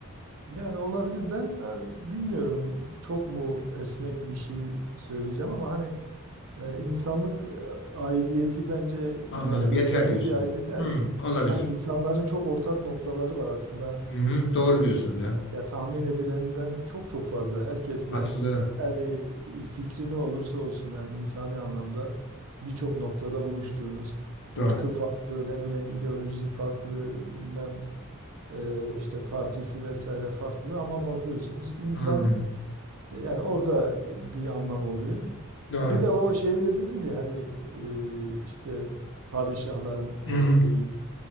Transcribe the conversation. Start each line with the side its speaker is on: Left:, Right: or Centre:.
Right: Yani olabilir. Ben e, bilmiyorum çok mu esnek bir şey söyleyeceğim ama hani e, insanlık e, aidiyeti bence
Left: Anladım.
Right: yani yeterli
Left: Yeter diyorsunuz.
Right: bir aidiyet. Yani
Left: Hmm,
Right: hani
Left: olabilir.
Right: hani insanların çok ortak noktaları var aslında.
Left: Hı-hı, doğru
Right: E,
Left: diyorsunuz
Right: e,
Left: ya.
Right: ya tahmin edilenden çok çok fazla herkesle
Left: Katılıyorum.
Right: yani fikri ne olursa olsun yani insani anlamda birçok noktada buluştuğunuz
Left: Doğru.
Right: ırkı farklı ne bileyim ideolojisi farklı bilmem e, işte partisi vesaire farklı ama bakıyorsunuz insan
Left: Hmm,
Right: e, yani orada bir anlam oluyor.
Left: doğru.
Right: Ya bir de o şey dediniz ya hani e, işte padişahların
Left: Hı-hı.
Right: hepsi de iyi.